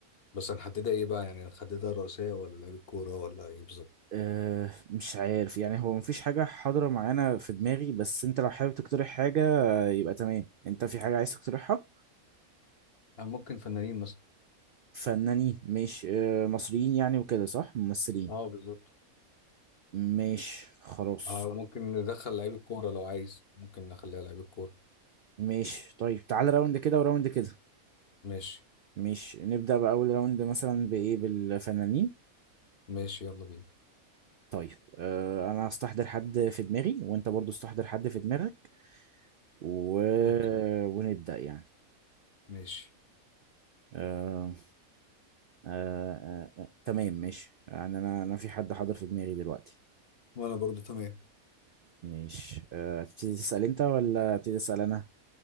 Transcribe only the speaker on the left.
بس هنحددها ايه بقى يعني هنحددها رئيسية ولا لعيب الكورة ولا ايه بالظبط
آه ممكن فنانين مثلا
اه بالظبط
اه ممكن ندخل لعيب الكورة لو عايز ممكن نخليها لعيب الكورة
ماشي
ماشي يلا بينا
اوكي
ماشي
وانا برضو تمام